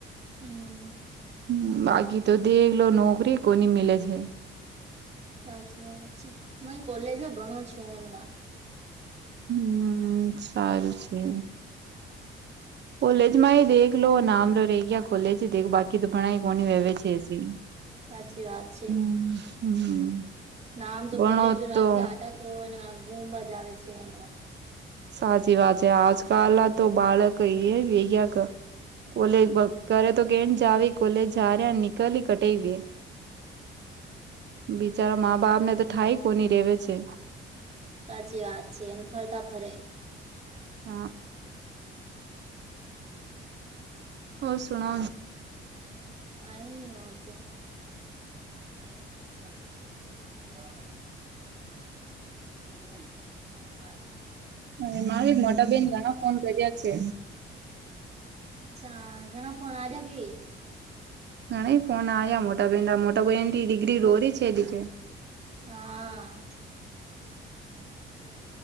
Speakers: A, on the right; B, on the right.
A: હમ.
B: હ બાકી તો દલો નોકરી કોની મીલે છે.
A: સાચી વાબત છે ત કોલેજમાં ભણો છો ઓનવા
B: હમ સારું છે કોલેજમાં એ દેખ લો નામ રરેહી ગયા કોલેજેખ બાકી કધું ભણાઈ કોની વહેવે છે એ
A: સાચચી વા વા છે
B: હ હમ
A: નામ તો
B: ભણો
A: કોલેજો રાખી
B: તો
A: આદ તો ગુમ મજ આવે છે એ
B: સાચી વાત છે આજકાલ તો બાળક એયા કોલે ઘરે તો કેમ જાવ કોલેજ હાર્યા નીકળલી કટેએ. બિચારા
A: હમ
B: મા બાપ ને તો થાય કોની રેવે છે.
A: સાચી વાત છે એને ફરતા ફરે
B: હા
A: હ <unintelligible>
B: હોર સુણો
A: કઈ નહી ઓર તો. <unintelligible> એવા <unintelligible>
B: અને મા મોટા બેેન ઘણા ફોન કર્યા છે.
A: અચ્છા ઘણા ફણા આ્યા કે
B: ઘ ફોન આવ્યા મોટા ભાઈના મોટા ભાઈ એ ડિગ્રી રોરી છે એ રીતે
A: હા.